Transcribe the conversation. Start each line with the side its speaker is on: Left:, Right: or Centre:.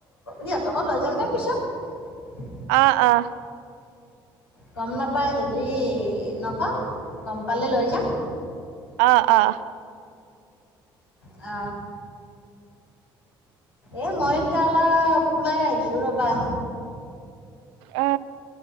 Left: সিহঁতকো লৈ যাম দে পিছত।
Right: অ', অ।
Left: গম নাপায় যদি নকওঁ গম পালে লৈ যাম।
Right: অ', অ।
Left: অ এ মই এতিয়া অলপ ওলাই আহিছো ৰ'বা।
Right: অ।